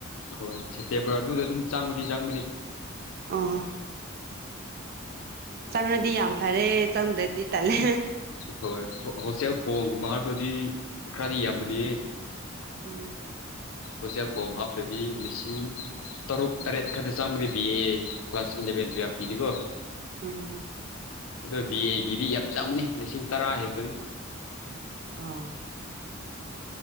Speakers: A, on the left; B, on the right.
A: ꯍꯣꯏ ꯁꯦꯞꯇꯦꯝꯕꯔ ꯑꯗꯨꯗ ꯑꯗꯨꯝ ꯆꯪꯕꯗꯤ ꯆꯪꯕꯅꯤ
B: ꯑꯥ ꯆꯪꯅꯗꯤ ꯌꯥꯝ ꯐꯔꯦ ꯆꯪꯗ꯭ꯔꯗꯤ ꯇꯜꯂꯦ
A: ꯍꯣꯏ ꯍꯣꯁꯇꯦꯜ ꯐꯣꯡꯒꯨꯝꯕ ꯍꯥꯏꯕꯗꯤ ꯈꯔꯗꯤ ꯌꯥꯝꯕꯅꯤ
B: ꯎꯝ
A: ꯎꯆꯦꯛꯐꯣ ꯍꯥꯞꯇꯗꯤ ꯂꯤꯁꯤꯡ ꯇꯔꯨꯛ ꯇꯔꯦꯠ ꯈꯛꯇ ꯆꯪꯕꯗꯤ ꯕꯤ ꯑꯦ ꯀ꯭ꯂꯥꯁ ꯏꯂꯚꯦꯟ ꯇꯨꯌꯦꯜꯐꯀꯤꯗꯤꯀꯣ
B: ꯎꯝ
A: ꯑꯗꯣ ꯕꯤ ꯑꯦꯒꯤꯗꯤ ꯌꯥꯝ ꯆꯥꯎꯕꯅꯤ ꯂꯤꯁꯤꯡ ꯇꯔꯥ ꯍꯥꯏꯕꯅꯦ
B: ꯑꯣ